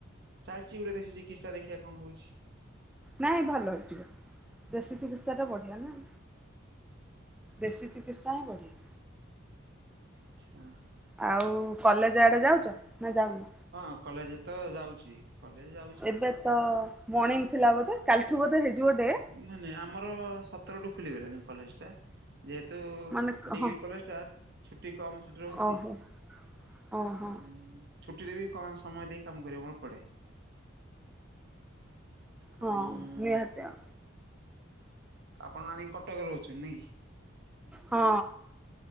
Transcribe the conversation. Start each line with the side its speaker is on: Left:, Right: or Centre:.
Right: ଚାଲିଛି ଗୋଟେ ଦେଶୀ ଚିକିତ୍ସା, ଦେଖିବା କଣ ହଉଛି?
Centre: ନାଇଁ ଭଲ ହେଇଯିବ ଦେଶୀ ଚିକିତ୍ସାଟା ବଢିଆ ନା। ଦେଶୀ ଚିକିତ୍ସା ହଁ ବଢ଼ିବ।
Right: ଛା
Centre: ଆଉ କଲେଜ ଆଡେ ଯାଉଚ ନା ଯାଉନ?
Right: ହଁ କଲେଜତ ଯାଉଛି କଲେଜ ଯାଉଛି
Centre: ଏବେ ତ ମର୍ଣ୍ଣିଂ ଥିଲା ବୋଧେ। କାଲିଠୁ ବୋଧେ ହେଇଯିବ ଡେ।
Right: ନାଇଁ ନାଇଁ ଆମର ସତରଠୁ ଖୋଲିଗଲାଣି କଲେଜଟା। ଯେହେତୁ
Centre: ମାନେ
Right: ଡିଗ୍ରୀ
Centre: ହଁ।
Right: କଲେଜ ଟା ଛୁଟି କମ ସେଠି ରହୁଛି।
Centre: ଓହୋ ଓହୋ
Right: ଆମ୍ ଛୁଟିରେ ବି କଣ ସମୟ ଦେଇ କାମ କରିବାକୁର ପଡେ।
Centre: ହଁ
Right: ଆଉ ମୁଁ
Centre: ନିହାତି ଆ
Right: ଆପଣ ଆଣିକି କଟକରେ ରହୁଛନ୍ତି ନାଇକି?
Centre: ହଁ